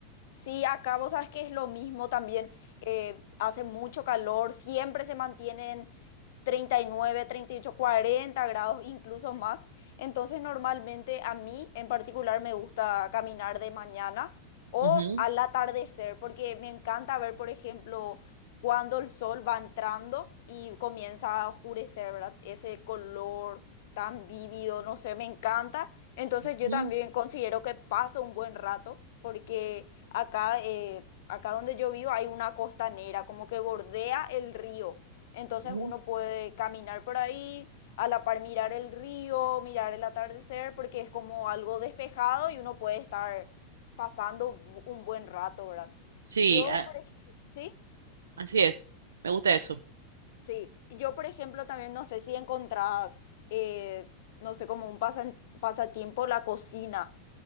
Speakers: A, on the left; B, on the right.
A: Sí, acá vos sabes que es lo mismo también. eh, hace mucho calor, siempre se mantienen treinta treinta y nueve treinta y ocho cuarenta grados, incluso más. Entonces normalmente a mí en particular me gusta caminar de mañana o
B: Ujú,
A: al atardecer porque me encanta ver, por ejemplo, cuando el sol va entrando y comienza a oscurecer, ¿verdad? Ese color tan vívido, no sé, me encanta. Entonces yo
B: ujú,
A: también considero que paso un buen rato porque acá, eh, acá donde yo vivo hay una costanera, como que bordea el río. Entonces
B: ujú.
A: uno puede caminar por ahí, a la par mirar el río, mirar el atardecer, porque es como algo despejado y uno puede estar pasando un buen rato, ¿verdad?
B: Sí,
A: Yo,
B: a-
A: por ejemplo, ¿sí?
B: así es. Me gusta eso.
A: Sí, yo por ejemplo también no sé si encontrás, eh, no sé, como un pasan- pasatiempo la cocina.